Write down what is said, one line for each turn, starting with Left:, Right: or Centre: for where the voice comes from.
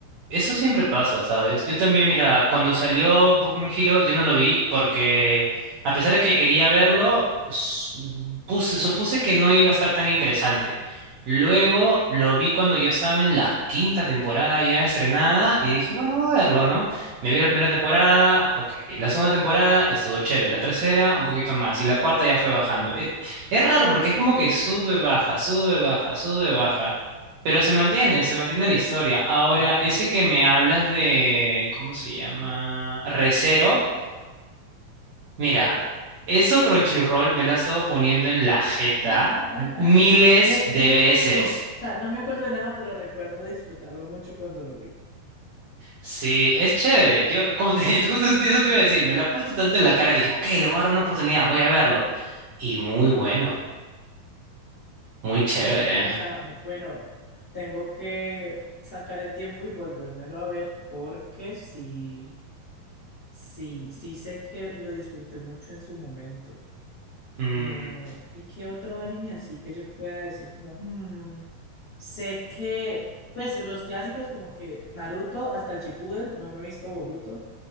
Right: Eso siempre pasa, ¿sabes? Yo
Left: Sí.
Right: también, mira, cuando salió Boku no Hero, yo no lo vi porque, a pesar de que quería verlo, s- puse, supuse que no iba a estar tan interesante. Luego lo vi cuando yo estaba en la quinta temporada ya estrenada y dije, bueno, voy a verlo, ¿no? Me vi la primera temporada, ok. La segunda temporada estuvo chévere, la tercera un poquito más y la cuarta ya fue bajando. E- Es, raro porque es como que sube, baja, sube, baja, sube, baja. Pero se mantiene, se mantiene la historia. Ahora,
Left: Ok.
Right: ese que me hablas de, ¿cómo se llama? Recero. Mira,
Left: Eh,
Right: eso Crunchyroll me lo ha estado poniendo en la jeta
Left: <laughs>
Right: miles
Left: Es
Right: de
Left: bueno.
Right: veces.
Left: O sea, no me acuerdo de nada, pero recuerdo disfrutarlo mucho cuando lo vi.
Right: Sí, es chévere. Yo, re- como te, <laughs> justo eso te iba a decir, me lo ha puesto tanto en la cara que dije, ok, le voy a dar una oportunidad, voy a verlo. Y muy bueno, muy
Left: Ah,
Right: chévere.
Left: no, o sea, m- bueno, tengo que sacar el tiempo y volvérmelo a ver porque sí, sí, sí sé que lo disfruté mucho en su momento.
Right: Mm,
Left: No, ¿y qué otro anime así que yo pueda decir como, hmm, sé que, pues los clásicos como que Naruto hasta el Shippuden, no me he visto Boruto,